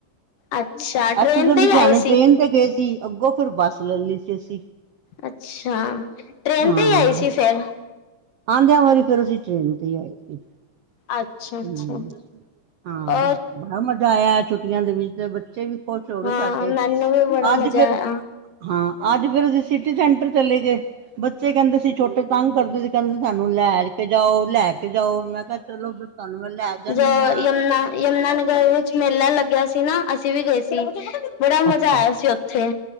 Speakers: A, on the left; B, on the right.
A: ਅੱਛਾ ਟ੍ਰੇਨ
B: ਇੱਥੋਂ ਤਾਂ
A: ਤੇ
B: ਲੁਧਿਆਣੇ
A: ਹੀ ਆਏ ਸੀ
B: ਟ੍ਰੇਨ ਤੇ ਗਏ ਸੀ, ਅੱਗੋਂ ਫਿਰ ਬੱਸ ਲੈ ਲਈ ਸੀ ਅਸੀਂ।
A: ਅੱਛਾ! ਟ੍ਰੇਨ
B: ਹਾਂ
A: ਤੇ ਹੀ ਆਈ ਸੀ ਫੇਰ?
B: ਆਉਂਦਿਆਂ ਵਾਰੀ ਫਿਰ ਅਸੀਂ ਟ੍ਰੇਨ ਤੇ ਹੀ ਆਏ ਸੀ।
A: ਅੱਛਾ -ਅੱਛਾ
B: ਹਮ ਹਾਂ
A: ਔਰ
B: ਬੜਾ ਮਜ਼ਾ ਆਇਆ। ਛੁੱਟੀਆਂ ਦੇ ਵਿੱਚ, ਤੇ ਬੱਚੇ ਵੀ ਖੁਸ਼ ਹੋ ਗਏ।
A: ਹਾਂ
B: ਸਾਡੇ
A: ਮੈਨੂੰ ਵੀ ਬੜਾ
B: ਅੱਜ
A: ਮਜ਼ਾ
B: ਫਿਰ
A: ਆਇਆ
B: ਹਾਂ। ਅੱਜ ਫੇਰ ਅਸੀਂ ਸਿਟੀ ਸੈਂਟਰ ਚਲੇ ਗਏ। ਬੱਚੇ ਕਹਿੰਦੇ ਸੀ ਛੋਟੇ ਤੰਗ ਕਰਦੇ ਸੀ। ਕਹਿੰਦੇ ਸਾਨੂੰ ਲੈ ਕੇ ਜਾਓ -ਲੈ ਕੇ ਜਾਓ। ਮੈਂ ਕਿਹਾ ਚਲੋ ਤੁਹਾਨੂੰ ਮੈਂ ਲੈ ਜਾਂਦੀ
A: ਜ
B: ਹਾਂ
A: ਯਮੁਨਾ- ਯਮੁਨਾ ਨਗਰ ਵਿੱਚ ਮੇਲਾ ਲੱਗਿਆ ਸੀ ਨਾ। ਅਸੀਂ ਵੀ ਗਏ ਸੀ। ਬੜਾ
B: ਅੱਛਾ
A: ਮਜ਼ਾ ਆਇਆ ਸੀ ਉੱਥੇ।